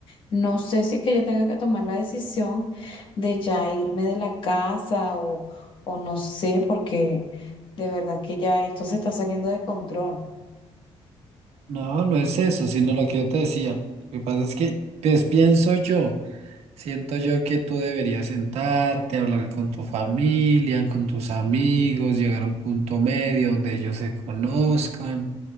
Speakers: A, on the left (about 50°); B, on the right (about 75°).
A: no sé si es que yo tenga que tomar la decisión de ya irme de la casa o, o no sé, porque de verdad que ya esto se está saliendo de control.
B: No, no es eso, sino lo que yo te decía. Lo que pasa es que, pues pienso yo, siento yo que tú deberías sentarte, hablar con tu familia, con tus amigos, llegar a un punto medio donde ellos se conozcan,